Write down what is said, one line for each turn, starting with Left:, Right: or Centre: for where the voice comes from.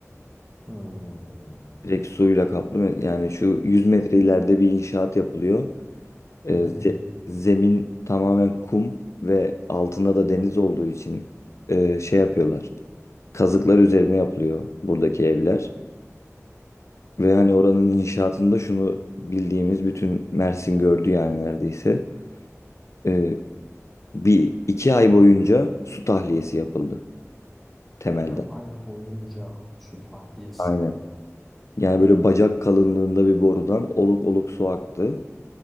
Centre: Hmm.
Left: Direkt suyla kaplı. Yani şu 100 metre ileride bir inşaat yapılıyor. Ee, ze-
Centre: Hı hı.
Left: zemin tamamen kum ve altında da deniz olduğu için e, şey yapıyorlar. Kazıklar üzerine yapılıyor buradaki evler. Ve hani oranın inşaatında şunu bildiğimiz bütün Mersin gördü yani neredeyse. Ee, bir iki ay boyunca su tahliyesi yapıldı temelden.
Centre: Ya ay boyunca su tahliyesi.
Left: Aynen. Yani böyle bacak kalınlığında bir borudan oluk oluk su aktı.